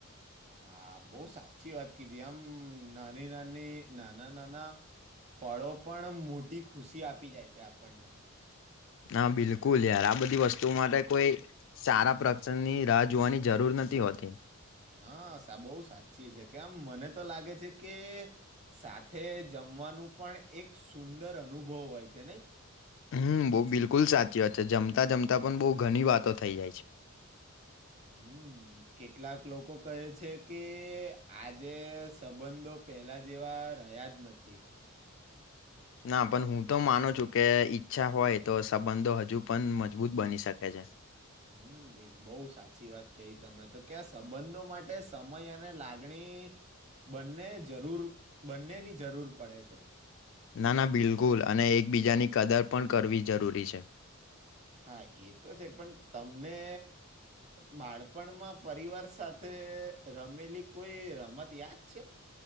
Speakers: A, on the right; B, on the left.
A: હા બો સાચી વાત કીધી આમ નાની નાની નાના નાના પળો પણ મોટી ખુશી આપી જાય છે આપણને.
B: ના બિલકુલ યાર આ બધી વસ્તુઓ માટે કોઈ સારા પ્રસંગ ની રાહ જોવાની જરૂર નથી હોતી.
A: હા સાબો બઉ સાચી છે કેમ મને તો લાગે છે કે સાથે જ મવાનું પણ એક સુંદર અનુભવ હોય છે નઈ.
B: હમ બો બિલકુલ સાચી વાત છે જમતા જમતા પણ બો ઘણી વાતો થઈ જાય છે.
A: હમ. કેટલાક લોકો કહે છે કે આજે સંબંધો પહેલા જેવા રહ્યા જ નથી.
B: ના પન હું તો માનું છું કે ઈચ્છા હોય તો સંબંધો હજુ પણ મજબૂત બની શકે છે.
A: હમ દેય બોઉ સાચી વાત કઈ તમે તો ક્યા સંબંધો માટે સમય અને લાગણી બંને જરૂર બંનેની જરૂર પડે છે.
B: નાના બિલકુલ અને એકબીજાની કદર પણ કરવી જરૂરી છે.
A: હા એ તો છે પણ તમને બાળપણમાં પરિવાર સાથે રમેલી કોઈ રમત યાદ છે.